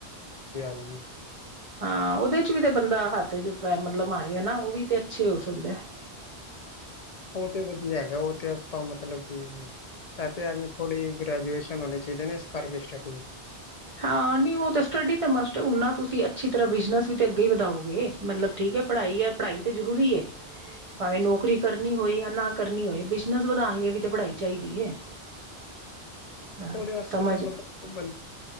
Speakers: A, on the left; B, on the right.
A: ਜੀ ਹਾਂ ਜੀ।
B: ਹਾਂ ਉਹਦੇ ਚ ਵੀ ਤੇ ਬੰਦਾ ਹੱਥ ਚ ਪੈਰ ਮਤਲਬ ਮਾਰੇ ਆ ਨਾ ਉਹ ਵੀ ਤੇ ਅੱਛੇ ਹੋ ਸਕਦੇ ਨੇ।
A: ਉਹ ਤੇ ਵਧੀਆ ਹੈਗਾ ਉਹ ਤੇ ਤਾਂ ਮਤਲਬ ਕਿ ਐ ਤੇ ਐਵੇ ਥੋੜੀ ਗ੍ਰੈਜੂਏਟ ਹੋਣੀ ਚਾਹੀਦੀ ਆ ਇਸ ਕਰਕੇ <unintelligible>
B: ਹਾਂ ਨਹੀਂ ਉਹ ਤੇ ਸਟੱਡੀ ਤੇ ਮਸਟ ਐ, ਉਨਾ ਤੁਸੀਂ ਅੱਛੀ ਤਰ੍ਹਾਂ ਬਿਜਨਸ ਵੀ ਤੇ ਅੱਗੇ ਵਧਾਓਗੇ। ਮਤਲਬ ਠੀਕ ਹੈ ਪੜ੍ਹਾਈ ਹੈ ਪੜ੍ਹਾਈ ਤੇ ਜ਼ਰੂਰੀ ਹੈ, ਭਾਵੇਂ ਨੌਕਰੀ ਕਰਨੀ ਹੋਈ ਯਾ ਨਾ। ਕਰਨੀ ਹੋਏ, ਬਿਜਨਸ ਵਧਾਉਣ ਲਈ ਵੀ ਤੇ ਪੜ੍ਹਾਈ ਚਾਹੀਦੀ ਹੈ। ਹਾਂ
A: ਉਹਦੇ ਵਾਸਤੇ
B: ਸਮਝ
A: ਤਾਂ ਮਤਲਬ, ਬ